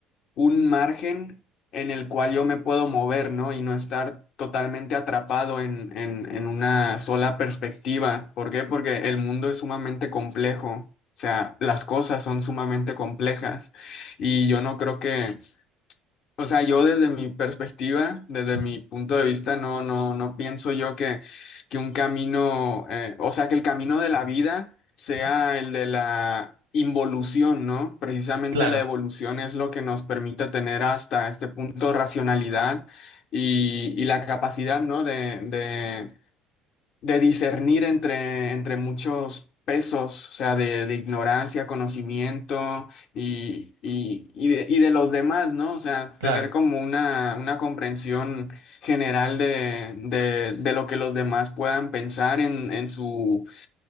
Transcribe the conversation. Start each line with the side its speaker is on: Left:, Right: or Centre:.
Left: un margen en el cual yo me puedo mover, ¿no? Y no estar totalmente atrapado en, en, en una sola perspectiva. ¿Por qué? Porque el mundo es sumamente complejo. O sea, las cosas son sumamente complejas y yo no creo que o sea, yo desde mi perspectiva, desde
Right: ujú,
Left: mi punto de vista, no, no, no pienso yo que, que un camino, eh, o sea, que el camino de la vida sea
Right: ujú,
Left: el de la involución, ¿no? Precisamente
Right: Claro,
Left: la evolución es lo que nos permite tener hasta este punto racionalidad y, y la capacidad, ¿no? De, de de discernir entre, entre muchos pesos, o sea, de, de ignorancia, conocimiento y, y, y de, y de los demás, ¿no? O sea,
Right: claro.
Left: tener como una, una comprensión general de, de, de lo que los demás puedan pensar en, en su,